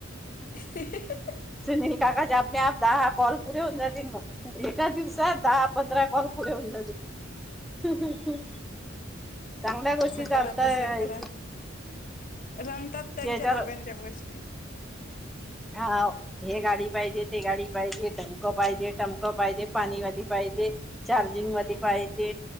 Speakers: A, on the left (about 40°); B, in the centre.
A: ह <unintelligible>
B: सुनील काका च्या आपने आप दहा ह कॉल पुरे होऊन जातिल मग. तर दिवसात दहा पंधरा काॅल पुरे होऊन जातील. चांगल्या गोष्टी
A: असं
B: चालताय
A: करा तसं करा रंगतात
B: त्याच्यावर
A: त्यांच्या दोघांच्या गोष्टी.
B: हा हे गाडी पाहिजे ते गाडी पाहिजे तमक पाहिजे टमक पाहिजे पाणी गाड़ी पाहिजे. चार्जिंगवाली पाहिजे